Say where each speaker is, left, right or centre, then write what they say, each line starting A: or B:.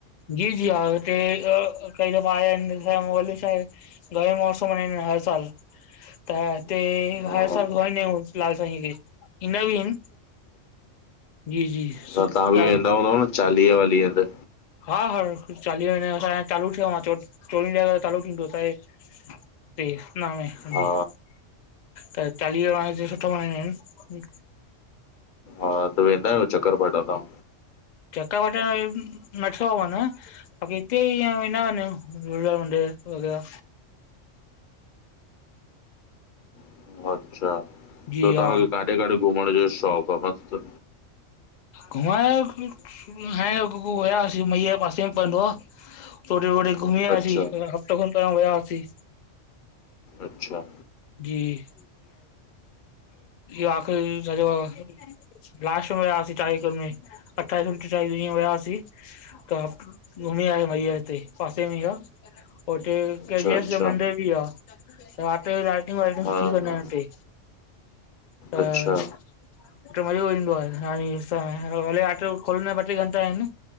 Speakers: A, on the left; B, on the left.
A: जी जी, हा हिते त कई दफ़ा आया आहिन, ॾिसण माहोल ईं छा आहे? गर्मीय मौसम आहिन, हर साल त इते
B: हा
A: हर साल घुराइंदा आहियूं लाल साईंअ खें ईंदा बि हिन जी जी सु
B: ह तां बि
A: ॾा
B: वेंदा हुंदव, न चालीहे-वालीये ते
A: हा हा, चालीह असां जो चालू थियों आ, चोवीह खां चालू थींदो शाइद देखना हैं हमें
B: हा
A: त चालीयो हाणे इते सुठो मनाईंदा अहिन।
B: हा त वेंदा आहियो चकरभाटा तां
A: चकरभाटा ई नथो वञणु अभी हिते इये वेदां हियं न झूलेलाल मंदिर वगैरा
B: तव्हां अच्छा
A: जी
B: ॿियो
A: हा
B: तांखे काॾे-काॾे घुमणु जो शोक़ु आ मस्तु
A: घुमणु, कुझु खाइण वियासीं मइयंर जे पासे में पवंदो आ होडे -वोडे घुमीं आयासीं,
B: अच्छा
A: हफ़्तो खनि त हुयासीं
B: अच्छा
A: जी आख़िर में <unintelligible> लास्ट में वियासीं कार्यक्रम में अठाईस उन्तीस तारीख में इयं वयासीं। त घुमी आया मय्यर ते पासे में ई आ उते
B: अच्छा
A: के जी एस
B: अच्छा
A: जो मंदर बि आ त रात जो लाइटिंग- वाइटिंग
B: हा
A: सुठी कंदा
B: हा
A: आहिन इते। त
B: अच्छा
A: उते मज़ो ईंदो आ <unintelligible> भले रात जो खोलंदा ॿ- टे घंटा आहिन।